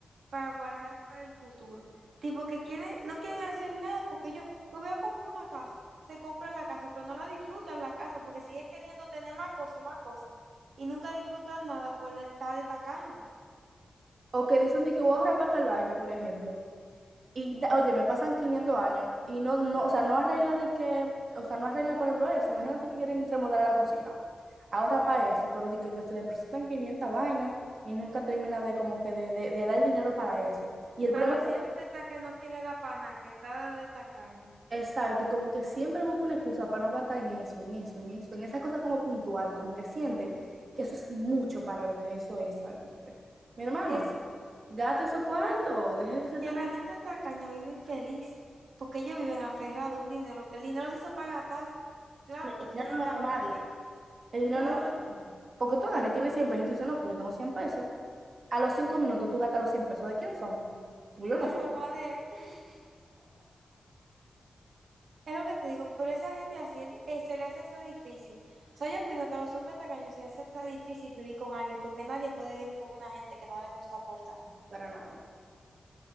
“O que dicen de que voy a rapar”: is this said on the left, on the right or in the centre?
Right